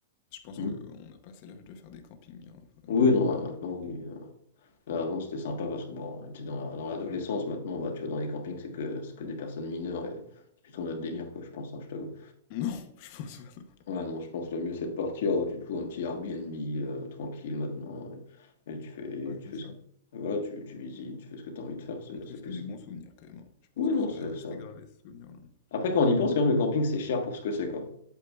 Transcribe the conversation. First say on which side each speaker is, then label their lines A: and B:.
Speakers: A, on the left; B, on the left.
A: je pense
B: Mm.
A: qu'on a passé l'âge de faire des campings. hein. Faudrait
B: Oui,
A: pas qu'on
B: non,
A: fasse
B: bah, maintenant,
A: des...
B: oui. euh. Là, avant, c'était sympa parce que bon, on était dans la- dans l'adolescence. Maintenant, bah, tu vois, dans les campings, c'est que, c'est que des personnes mineures et c'est plutôt notre délire, quoi, je pense, hein, je t'avoue.
A: <laughs> Non, je pense pas, non.
B: Ouais, non, je pense que le mieux, c'est de partir. Tu te loues un petit Airbnb euh, tranquille maintenant et, et tu fais,
A: Ouais,
B: tu
A: c'est
B: fais
A: ça.
B: ce que. Voilà, tu, tu visites, tu fais ce que tu as envie de faire, c'est
A: En tout
B: c'est
A: cas, c'était
B: plus.
A: des bons souvenirs quand même. hein. Je pense
B: Oui,
A: que
B: non,
A: ça
B: c'est
A: va rester
B: ça.
A: gravé ce souvenir-là.
B: Après, quand on y pense, quand même, le camping, c'est cher pour ce que c'est, quoi.